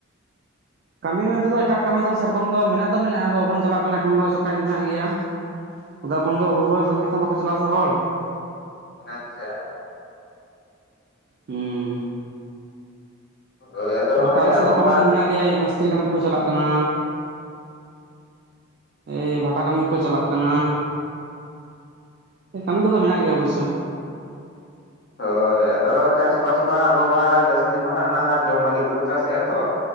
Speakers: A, on the right; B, on the left.
A: ᱠᱟᱹᱢᱤ ᱢᱮᱱᱛᱮ ᱫᱚ ᱮᱴᱟᱜ ᱠᱟᱹᱢᱤ ᱫᱚ ᱥᱮᱨᱚᱠᱚᱢ ᱫᱚ ᱢᱮᱱᱟᱜ ᱫᱚ ᱢᱮᱱᱟᱜᱼᱟ ᱟᱫᱚ ᱵᱟᱵᱚᱱ ᱪᱟᱞᱟᱜ ᱠᱟᱱᱟ ᱮᱠᱷᱚᱱ ᱫᱚ ᱡᱚᱠᱷᱟᱡ ᱢᱮᱱᱟᱜ ᱜᱮᱭᱟ᱾ ᱟᱫᱚ ᱮᱠᱷᱚᱱ ᱫᱚ ᱦᱩᱲᱩ ᱨᱚᱦᱚᱭ ᱵᱟᱹᱜᱤ ᱠᱟᱛᱮ ᱵᱟᱠᱚ ᱪᱟᱞᱟᱜᱼᱟ ᱥᱮ ᱦᱚᱲ᱾
B: ᱟᱪᱪᱷᱟ᱾
A: ᱦᱩᱸ᱾
B: ᱦᱳᱭ ᱟᱫᱚ
A: ᱟᱨ
B: ᱢᱟᱱᱮ
A: ᱠᱷᱟᱡ ᱟᱞᱮ ᱥᱮᱫ
B: ᱟᱵᱚ
A: ᱫᱚ ᱠᱟᱹᱢᱤ
B: ᱢᱟ
A: ᱫᱚ ᱢᱮᱱᱟᱜ ᱜᱮᱭᱟ ᱢᱤᱥᱛᱨᱤ ᱠᱟᱹᱢᱤ ᱠᱚ ᱪᱟᱞᱟᱜ ᱠᱟᱱᱟ᱾ ᱮ ᱵᱷᱟᱴᱟ ᱠᱟᱹᱢᱤ ᱠᱚ ᱪᱟᱞᱟᱜ ᱠᱟᱱᱟ, ᱠᱟᱹᱢᱤ ᱠᱚ ᱫᱚ ᱢᱮᱱᱟᱜ ᱜᱮᱭᱟ ᱚᱵᱚᱥᱥᱚ᱾
B: ᱦᱳᱭ᱾ ᱟᱫᱚ ᱪᱟᱥᱵᱟᱥ ᱢᱟ ᱟᱵᱚ ᱢᱟ ᱡᱟᱹᱥᱛᱤ ᱢᱟ ᱦᱟᱸᱜ ᱚᱱᱟ ᱡᱚᱢ ᱞᱟᱹᱜᱤᱫ ᱜᱮᱵᱚ ᱪᱟᱥᱮᱫᱼᱟ ᱛᱚ᱾